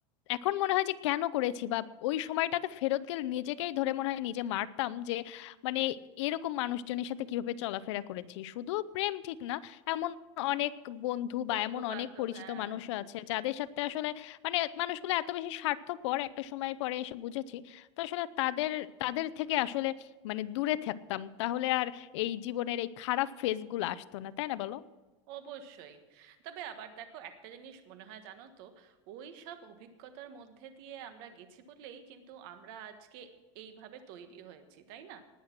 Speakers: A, on the left; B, on the right.
A: এখন মনে হয় যে কেন করেছি বা ওই সময়টাতে ফেরত গেলে নিজেকেই ধরে মনে হয় নিজে মারতাম যে মানে এরকম মানুষজনের সাথে কিভাবে চলাফেরা করেছি শুধু প্রেম ঠিক না এমন অনেক বন্ধু
B: বন্ধু
A: বা এমন
B: বান্ধব
A: অনেক পরিচিত
B: হ্যাঁ
A: মানুষ
B: হ্যাঁ
A: আছে যাদের সাথে আসলে মানে মানুষগুলো এত বেশি স্বার্থপর একটা সময় পরে এসে বুঝেছি তো আসলে তাদের তাদের থেকে আসলে মানে দূরে থাকতাম তাহলে আর এই জীবনের এই খারাপ ফেজগুলো আসতো না তাই না বলো
B: অবশ্যই তবে আবার দেখো একটা জিনিস মনে হয় জানো তো ওই সব অভিজ্ঞতার মধ্যে দিয়ে আমরা গেছি বলেই কিন্তু আমরা আজকে এইভাবে তৈরি হয়েছি তাই না